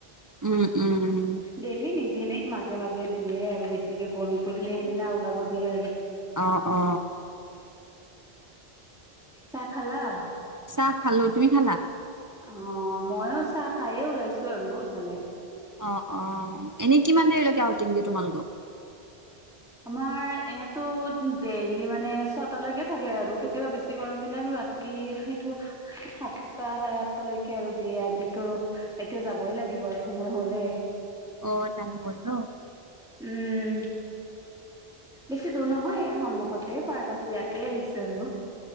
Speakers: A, on the right; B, in the centre.
A: উম উম উম।
B: ডেইলি নিদিয়ে নে মাজে মাজে দিয়ে আৰু বেছিকে গৰম কৰিলে সেইদিনা ওলাব দিয়ে আৰু।
A: অ অ।
B: চাহ খালা।
A: চাহ খালো তুমি খালা।
B: অ ময়ো চাহ খায়ে ওলাইছো আৰু ইফালে।
A: অ অ এনেই কিমান দেৰিলৈকে আউটিংগে তোমালোকক।
B: আমাৰ এনেতো ডেইলি মানে ছটালৈকে থাকে আৰু কেতিয়াবা বেছি গৰম। সদিনা আৰু ৰাতি সেইটো সাতটা চাৰে সাতটা লৈকে আৰু দিয়ে আজিতো। এতিয়া যাবই লাগিব আৰু সময় হলে।
A: অ টাইম হ'ল ন।
B: উম, বেছি দূৰ নহয় সন্মুখতে পাৰ্ক আছে ইয়াতে আহিছো আৰু।